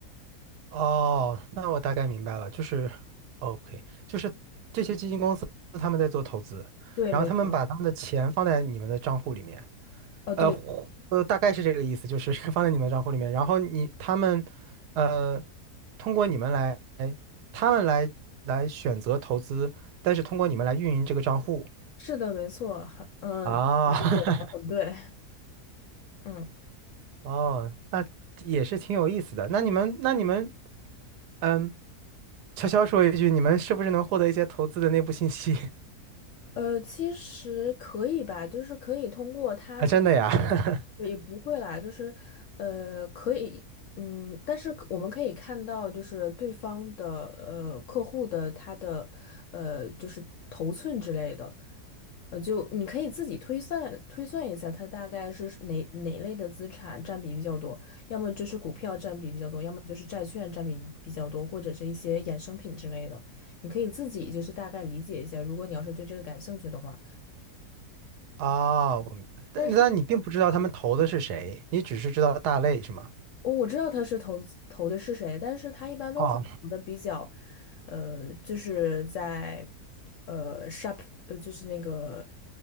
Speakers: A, on the right; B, on the left.
A: 哦，那我大概明白了，就是哦，OK，就是这些他们在做投资，
B: 对，
A: 然后他们把他们的钱放在你们的账户里面。
B: 没错。哦呃对，
A: 呃呃，大概是这个意思，就是 <laughs> 放在你们的账户里面，然后你他们，呃，通过你们来，他们来来选择投资，但是通过你们来运营这个账户
B: 是的，没错，很嗯，
A: 啊，
B: 理解的很对，
A: <laughs>
B: 嗯，
A: 哦，那也是挺有意思的。那你们，那你们，嗯，悄悄说一句，你们是不是能获得一些投资的内部信息
B: 呃，其实可以吧，就是可以通过它的，
A: <laughs> 啊？真的呀？<laughs>
B: 也不会啦，就是，呃，可以，嗯，但是我们可以看到，就是对方的，呃，客户的他的，呃，就是头寸之类的，呃，就你可以自己推算推算一下，它大概是哪哪类的资产占比比较多，要么就是股票占比比较多，要么就是债券占比比较多，或者是一些衍生品之类的。你可以自己就是大概理解一下，如果你要是对这个感兴趣的话。
A: 啊，我明白但但你并不知道他们投的是谁，
B: 但是
A: 你只是知道大类是吗？
B: 我我知道他是投资投的是谁，但是他一般都是投的比较，
A: 哦，
B: 呃，就是在呃 sharp 呃就是那个